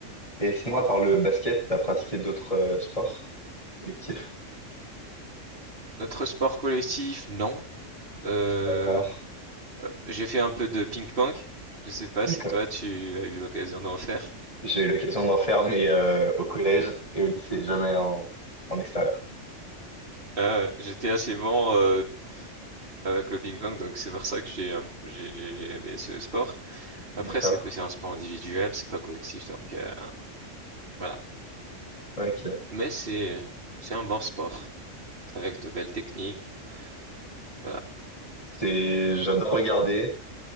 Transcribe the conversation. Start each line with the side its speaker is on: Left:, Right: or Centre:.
Left: Et sinon, à part le basket, t'as pratiqué d'autres euh, sports collectifs?
Right: Notre sport collectif, non. Euh,
Left: D'accord.
Right: Euh, J'ai fait un peu de ping-pong. Je sais pas
Left: D'accord.
Right: si toi tu as eu l'occasion d'en faire.
Left: J'ai eu l'occasion d'en faire, mais euh, au collège et au lycée, jamais en, en extérieur.
Right: Euh, j'étais assez bon euh, avec le ping-pong, donc c'est pour ça que j'ai un- j'ai j'ai- j'ai aimé ce sport.
Left: D'accord.
Right: Après, c'est c'est un sport individuel, c'est pas collectif, donc euh, voilà.
Left: Ok.
Right: Mais c'est c'est un bon sport avec de belles techniques. Voilà.
Left: C'est, j'adore regarder.